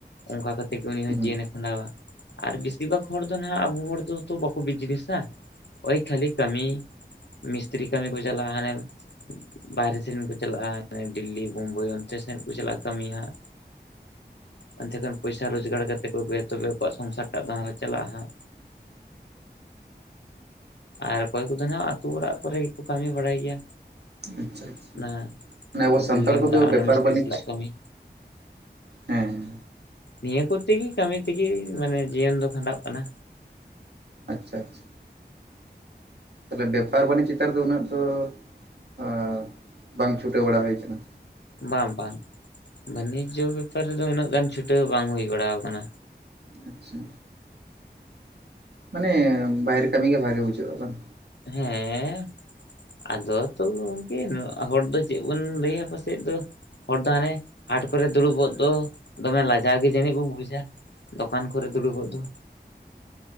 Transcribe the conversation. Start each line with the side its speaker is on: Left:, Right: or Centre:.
Left: ᱚᱱᱠᱟ ᱠᱟᱛᱮ ᱜᱮ ᱩᱱᱤ ᱦᱚᱸ
Right: ᱦᱩᱸ
Left: ᱡᱤᱭᱚᱱᱼᱮ ᱠᱷᱟᱸᱰᱟᱣᱟ ᱟᱨ ᱵᱤᱥ ᱼᱥᱤᱨ ᱵᱷᱟᱜᱽ ᱦᱚᱲ ᱫᱚ ᱱᱟᱦᱟᱜ ᱟᱵᱚ ᱦᱚᱲ ᱫᱚ ᱛᱚ ᱵᱟᱠᱚ ᱵᱤᱡᱽᱱᱮᱥᱟ ᱳᱭ ᱠᱷᱟᱹᱞᱤ ᱠᱟᱹᱢᱤ᱾ ᱢᱤᱥᱛᱤᱨᱤ ᱠᱟᱹᱢᱤ ᱠᱚ ᱪᱟᱞᱟᱜᱼᱟ ᱦᱟᱱᱮ᱾ ᱵᱟᱦᱨᱮ ᱥᱮᱱ ᱠᱚ ᱪᱟᱞᱟᱜᱼᱟ ᱰᱤᱞᱞᱤ ᱵᱳᱢᱵᱟᱭ ᱚᱱᱛᱮ ᱥᱮᱱ ᱠᱚ ᱪᱟᱞᱟᱜᱼᱟ ᱠᱟᱹᱢᱤ ᱦᱟᱸᱜ᱾ ᱚᱱᱛᱮ ᱠᱷᱚᱱ ᱯᱚᱭᱥᱟ ᱨᱳᱡᱽᱜᱟᱨ ᱠᱟᱛᱮ ᱠᱚ ᱟᱜᱩᱭᱟ ᱛᱚᱵᱮ ᱟᱠᱚᱣᱟᱜ ᱥᱚᱝᱥᱟᱨ ᱴᱟᱜ ᱫᱚ ᱦᱟᱱᱮ ᱪᱟᱞᱟᱜᱼᱟ ᱦᱟᱸᱜ᱾ ᱟᱨ ᱚᱠᱚᱭ ᱠᱚᱫᱚ ᱱᱟᱦᱟᱸᱜ ᱟᱹᱛᱩ ᱚᱲᱟᱜ ᱠᱚᱨᱮ ᱜᱮᱠᱚ ᱠᱟᱹᱢᱤ ᱵᱟᱲᱟᱭ ᱜᱮᱭᱟ᱾
Right: ᱟᱪᱪᱷᱟ ᱟᱪᱪᱷᱟ,
Left: ᱚᱱᱟ
Right: ᱢᱟᱱᱮ ᱟᱵᱚ ᱥᱟᱱᱛᱟᱲ
Left: ᱵᱤᱞᱰᱤᱝ
Right: ᱠᱚᱫᱚ
Left: ᱚᱲᱟᱜ ᱚᱱᱟ
Right: ᱵᱮᱯᱟᱨ
Left: ᱢᱤᱥᱛᱨᱤ
Right: ᱵᱟᱹᱱᱤᱡᱽ᱾
Left: ᱥᱟᱞᱟᱜ ᱠᱟᱹᱢᱤ
Right: ᱦᱮᱸ᱾
Left: ᱱᱤᱭᱟᱹ ᱠᱚ ᱛᱮᱜᱮ ᱠᱟᱹᱢᱤ ᱛᱮᱜᱮ ᱢᱟᱱᱮ ᱡᱤᱭᱚᱱ ᱫᱚ ᱠᱷᱟᱸᱰᱟᱜ ᱠᱟᱱᱟ᱾
Right: ᱟᱪᱷᱟ ᱟᱪᱷᱟ᱾ ᱛᱟᱦᱚᱞᱮ ᱵᱮᱯᱟᱨ ᱵᱟᱹᱱᱤᱡᱽ ᱪᱮᱛᱟᱱ ᱨᱮᱫᱚ ᱩᱱᱟᱹᱜ ᱫᱚ ᱟᱸ ᱵᱟᱝ ᱪᱷᱩᱴᱟᱹᱣ ᱵᱟᱲᱟ ᱦᱩᱭ ᱠᱟᱱᱟ᱾
Left: ᱵᱟᱝ ᱵᱟᱝ ᱵᱟᱹᱱᱤᱡᱽ ᱵᱮᱯᱟᱨ ᱨᱮᱫᱚ ᱩᱱᱟᱹᱜ ᱜᱟᱱ ᱪᱷᱩᱴᱟᱹᱣ ᱵᱟᱝ ᱦᱩᱭ ᱵᱟᱲᱟᱣ ᱠᱟᱱᱟ᱾
Right: ᱟᱪᱷᱟ᱾ ᱢᱟᱱᱮ ᱵᱟᱦᱨᱮ ᱠᱟᱹᱢᱤ ᱜᱮ ᱵᱷᱟᱜᱮ ᱵᱩᱡᱷᱟᱹᱜᱼᱟ ᱵᱟᱝ᱾
Left: ᱦᱮᱸ᱾ ᱟᱫᱚ ᱛᱚᱵᱮ ᱜᱚᱝᱠᱮ ᱦᱚᱲ ᱫᱚ ᱪᱮᱫ ᱵᱚᱱ ᱞᱟᱹᱭᱟ ᱯᱟᱥᱮ ᱫᱚ᱾ ᱦᱚᱲ ᱫᱚ ᱦᱟᱱᱮ ᱦᱟᱴ ᱠᱚᱨᱮ ᱫᱩᱲᱩᱵᱚᱜ ᱫᱚ ᱫᱚᱢᱮ ᱞᱟᱡᱟᱣ ᱜᱮ ᱡᱟᱹᱱᱤᱡ ᱵᱳ ᱵᱩᱡᱟ᱾ ᱫᱚᱠᱟᱱ ᱠᱚᱨᱮ ᱫᱩᱲᱩᱵᱚᱜ ᱫᱚ᱾